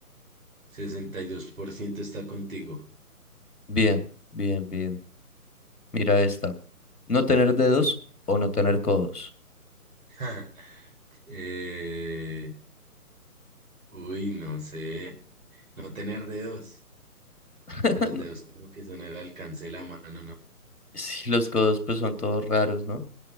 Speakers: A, on the right; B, on the left.
A: sesenta y dos por ciento está contigo.
B: Bien, bien, bien. Mira esta. No tener dedos o no tener codos.
A: <laughs> Eh, uy, no sé. No tener dedos.
B: <laughs>
A: Pues los dedos como que son el alcance de la mano, ¿no?
B: Sí, los codos pues son todos raros, ¿no?